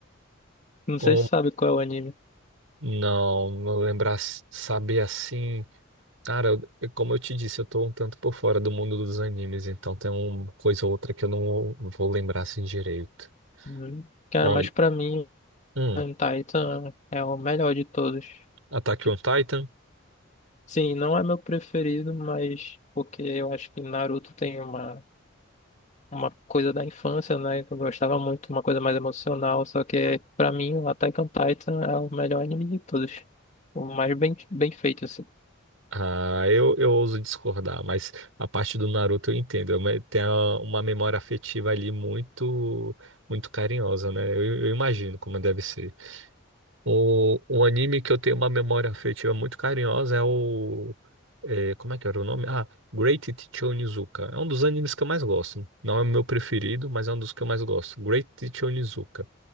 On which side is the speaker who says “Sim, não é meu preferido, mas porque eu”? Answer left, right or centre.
Left